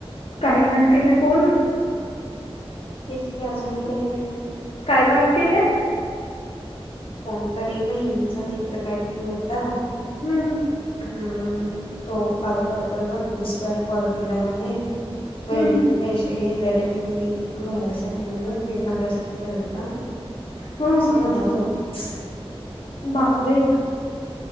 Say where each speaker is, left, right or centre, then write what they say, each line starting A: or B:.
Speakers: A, on the left; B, on the left.
A: काय कांड केलंय कोण?
B: तीच का अजून ऐक आहे काय ती?
A: काय कांड केल्या?
B: कोणतरी बहिणीचा मित्र काहीतरी होता.
A: हम्म.
B: हम्म. तो काल करत पंचवीस वेळा कॉल केलाय म्हणे. बहिणीने
A: हम्म
B: पैसे घेतलेले फी भरायसाठी म्हणून फी मागायसाठी केलता.
A: हो
B: असं म्हणत होती ती.
A: बापरे!